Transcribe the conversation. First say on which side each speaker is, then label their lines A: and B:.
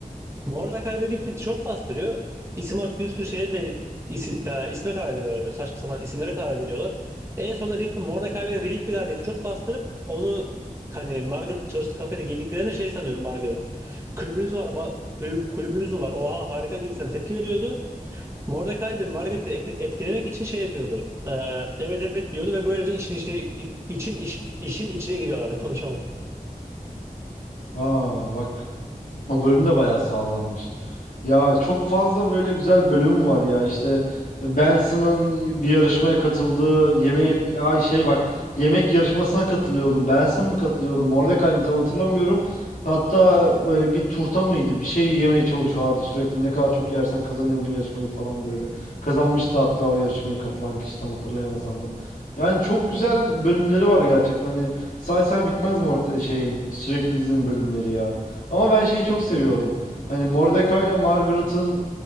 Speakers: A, on the right; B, on the left.
A: Mordecai ve Rigby tişört bastırıyor. İsim olarak bir sürü şeye ve isi, e, isme karar veriyorlar. Böyle saçma sapan isimlere karar veriyorlar. En sonunda Rigby, Mordecai ve Rigby'ler diye tişört bastırıp onu hani Margaret çalıştığı kafede giydiklerinde şey sanıyordu Margaret. Kulübümüz var, ba- kulü- kulübümüz mü var? Oha harika gibisinden tepki veriyordu. Mordecai de Margaret'i ek- etkilemek için şey yapıyordu. E, evet evet diyordu ve böylece işin içine, için iş- işin içine giriyorlardı <laughs> konuşamadım.
B: Aa bak o bölümde bayağı sağlanmış. Ya çok fazla böyle güzel bölümü var ya işte Benson'ın bir yarışmaya katıldığı yemeğim ay şey bak yemek yarışmasına katılıyordum Benson mı katılıyordum Mordecai mi tam hatırlamıyorum hatta böyle bir turta mıydı bir şey yemeye çalışıyorlardı sürekli ne kadar çok yersen kazanıyordun yarışmayı falan böyle kazanmıştı hatta o yarışmaya katılan kişi tam hatırlayamasam da yani çok güzel bölümleri var gerçekten hani say say bitmez mi orada şeyin sürekli dizinin bölümleri ya ama ben şeyi çok seviyordum. Hani Mordecai'la Margaret'ın